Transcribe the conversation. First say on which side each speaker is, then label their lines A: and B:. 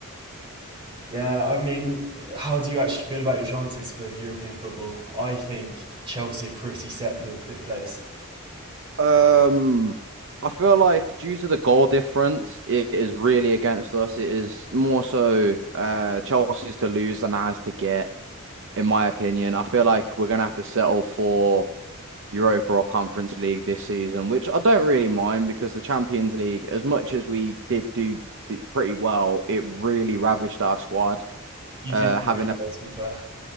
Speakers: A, on the right; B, on the right.
A: Yeah, I mean, how do you actually feel about your chances for European football? I think Chelsea are pretty set for fifth place.
B: Um, I feel like due to the goal difference, it is really against us. It is more so uh Chelsea's to lose than ours to get, in my opinion. I feel like we're gonna have to settle for Europa or Conference League this season, which I don't really mind because the Champions League, as much as we did do pretty well, it really ravished our squad.
A: You
B: Uh,
A: did do
B: having
A: really well, to be fair.